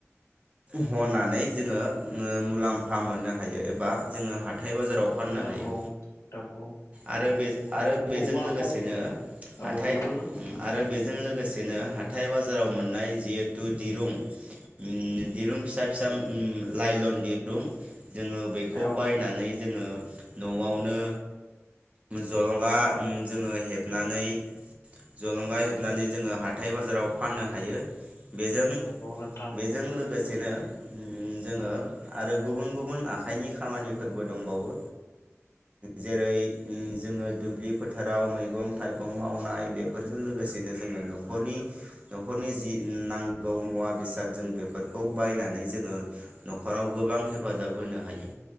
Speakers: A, on the right; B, on the left.
A: हनानै जोङो ओ मुलाम्फा मोननो हायो एबा जोङो हाथ हाथाय बाजाराव फाननो
B: नंगौ
A: हायो
B: नंगौ
A: आरो बे आरो बेजों
B: औवाखौ
A: लोगोसेनो
B: औ
A: हाथाय
B: बेफोर
A: आरो बेजों लोगोसेनो थायाबा बाजाराव मोननाय जिहेथु दिरुं उम दिरुं फिसा फिसा उम लाइलन दिरुं जोङो बेखौ
B: औ
A: बायनानै जोङो नआवनो जलंगा उम जोङो हेबनानै जलंगा हेबनानै जोङो हाथाय बाजाराव फाननो हायो। बेजों
B: नंगौ नोंथां
A: बेजों लोगोसेनो उम जोङो आरो गुबुन गुबुन आखाइनि खामानिफोरबो दंबावो। जेरै जोङो दुब्लि फोथाराव मैगं थाइगं मावनाय बेफोरजों लोगोसेनो जोङो नखरनि नखरनि जि नांगौ मुवा बेसाद जों बेफोरखौ बायनानै जोङो न'खराव गोबां हेफाजाब होनो हायो।